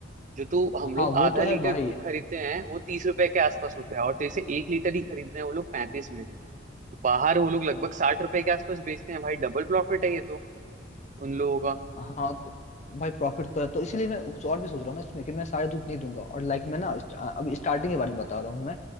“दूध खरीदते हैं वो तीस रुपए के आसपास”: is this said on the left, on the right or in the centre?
Right